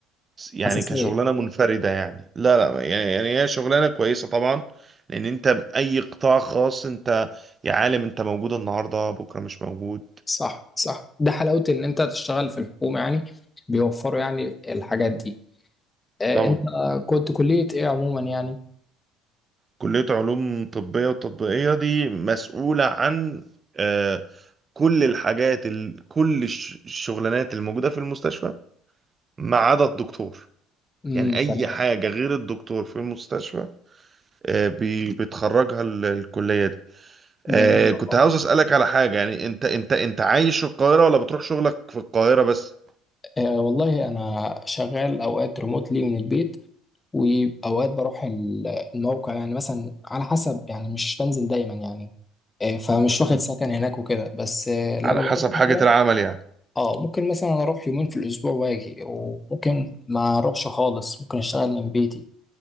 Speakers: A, on the right; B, on the left.
A: يعني
B: اساسيه
A: كشغلانه منفرده يعني لا لا يعني يعني هي شغلانه كويسه طبعا لان انت اي قطاع خاص انت يا عالم انت موجود النهارده بكره مش موجود
B: صح صح ده حلاوه ان انت تشتغل في الحكومه يعني بيوفروا يعني الحاجات دي آه،
A: طبعا
B: انت كنت كلية ايه عموما يعني
A: كليه علوم طبيه وتطبيقيه دي مسؤوله عن آه، كل الحاجات ال... كل الش- الشغلانات الموجوده في المستشفى ما عدا الدكتور
B: امم
A: يعني اي
B: تمام
A: حاجه غير الدكتور في المستشفى آه، بي... بتخرجها ال- الكليه دي. آه
B: جميل
A: كنت
B: والله
A: عاوز اسالك على حاجه يعني انت انت انت عايش في القاهره ولا بتروح شغلك في القاهره بس
B: آه والله انا شغال اوقات ريموتلي من البيت واوقات بروح ال- الموقع يعني مثلا على حسب يعني مش بنزل دايما يعني آه فمش واخد
A: مم.
B: سكن هناك وكده بس آه لما
A: على حسب
B: بروح
A: حاجه
B: مثلا
A: العمل يعني
B: اه ممكن مثلا اروح يومين في الاسبوع واجي وممكن ما اروحش خالص ممكن اشتغل من بيتي